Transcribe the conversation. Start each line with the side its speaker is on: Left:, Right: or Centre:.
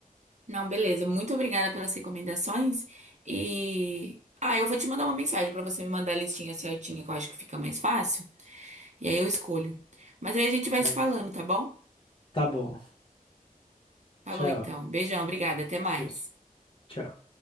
Right: Não, beleza. Muito obrigada pelas recomendações. E. Ah, eu vou te mandar uma mensagem pra você me mandar a listinha certinha, que eu acho que fica mais fácil. E aí eu escolho. Mas aí a gente vai
Left: Tá
Right: se falando,
Left: bom.
Right: tá bom?
Left: Tá bom.
Right: Falou
Left: Tchau.
Right: então. Beijão, obrigada. Até mais.
Left: Beijo. Tchau.